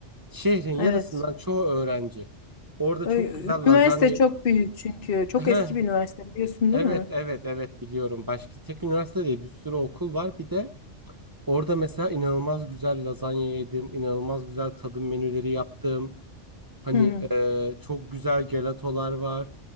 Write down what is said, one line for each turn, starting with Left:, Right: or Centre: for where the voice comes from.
Right: Şehrin yarısından
Left: Evet.
Right: çoğu öğrenci. Orada
Left: Ö-
Right: çok güzel lazanya.
Left: Üniversite çok büyük çünkü. Çok
Right: Heh,
Left: eski bir üniversite biliyorsun
Right: evet
Left: değil mi?
Right: evet evet biliyorum. Başka tek üniversite değil bir sürü okul var. Bir de orada mesela inanılmaz güzel lazanya yedim. inanılmaz güzel tadım menüleri yaptım. Hani
Left: Hı hı.
Right: e, çok güzel gelatolar var.